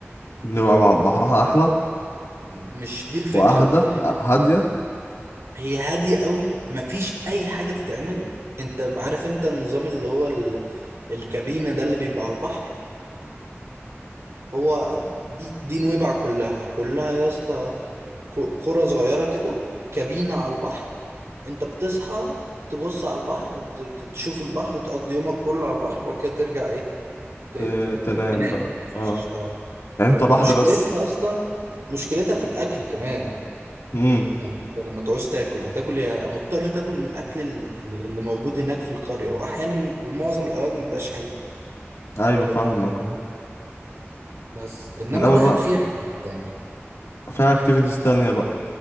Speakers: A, on the left; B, on the right.
A: نويبع بحرها احلى
B: م- مش دي الفكرة
A: واهدى
B: لان
A: هاديه
B: هي هادية قوي مفيش اي حاجة تتعمل انت عارف انت النظام اللي هو ال... الكابينة ده اللي بيبقى على البحر هو دي دي نويبع كلها كلها يا اسطى ق- قرى صغيرة كده كابينة على البحر انت بتصحى تبص على البحر ت- ت- تشوف البحر تقضي يومك كله على البحر وبعد كده ترجع ايه ت-
A: ت-
B: ت- ت-
A: تنام
B: تنام
A: بقى
B: مفيش
A: اه
B: اه
A: يعني انت بحر
B: مشكلتها
A: بس
B: اصلا مشكلتها في الاكل كمان
A: امم
B: يعني انت لما تعوز تاكل هتاكل يا مضطر تاكل من الاكل ال- ال- اللي موجود هناك في القرية واحيانا ومعظم الاوقات مبيبقاش حلو
A: ايوه فاهمك اه
B: بس انما
A: انما
B: دهب
A: بقى
B: فيها حاجة تتعمل
A: فيها اكتيفيتيز تانية بقى